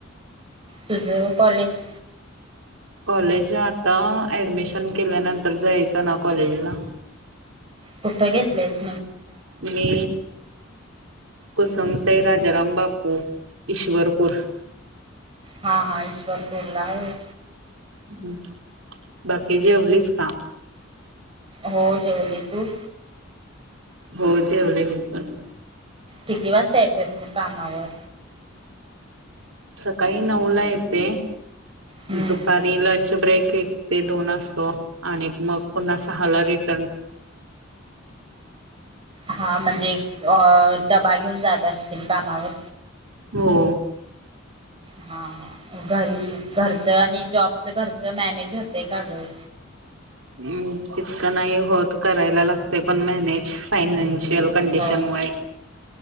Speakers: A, on the right; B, on the right.
A: तुझं कॉलेज?
B: कॉलेज आता- ऍडमिशन केल्यानंतर जायचं ना कॉलेजला?
A: कुठं घेतल आहेस?
B: मी -को <unintelligible> जराम बापपू ईश्वरपूर.
A: हा हां. ईश्वरपूरला. होय.
B: ह. बाकी जेवलीस का?
A: हो जेवले. तू?
B: हो. जेवले मी पण.
A: किती वाजता येतेस मग कामावर?
B: सकाळी नऊ ला येते,
A: हम्म
B: दुपारी लंच ब्रेक- एक ते दोन असतो आणि मग पुन्हा सहाला रेट-
A: हा म्हणजे अ- डबा घेऊन जात असशील कामावर.
B: हो.
A: हा ह. घरी -घरचं आणि जॉबच घरचं मॅनेज होतय का गं? <inaudible> ह
B: हं. तितकं नाही होत. करायला लागतय पण मॅनेज फायनान - शियल कंडिशनमुळे.
A: हो